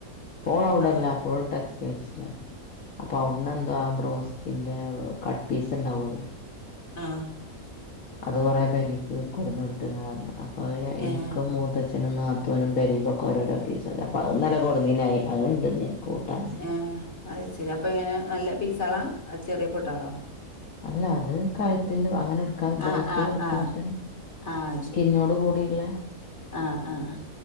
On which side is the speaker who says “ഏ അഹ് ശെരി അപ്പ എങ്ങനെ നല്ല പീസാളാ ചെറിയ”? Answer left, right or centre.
Left